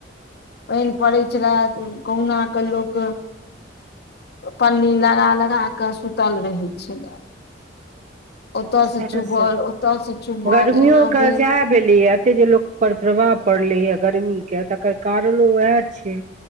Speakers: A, on the left; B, on the right.
A: पइन पड़ैत छेला। कहुना कऽ लोक पन्नी लगा-लगा क सुतल रहै छेला। ओतऽसँ
B: सएह
A: चुभल,
B: सब
A: ओतऽसँ चुभल
B: गर्मियोके
A: एना भेल।
B: सएह भेलैए एते जे लोक पर प्रभाव पड़लै य गर्मी के तकर कारणो उएह छै।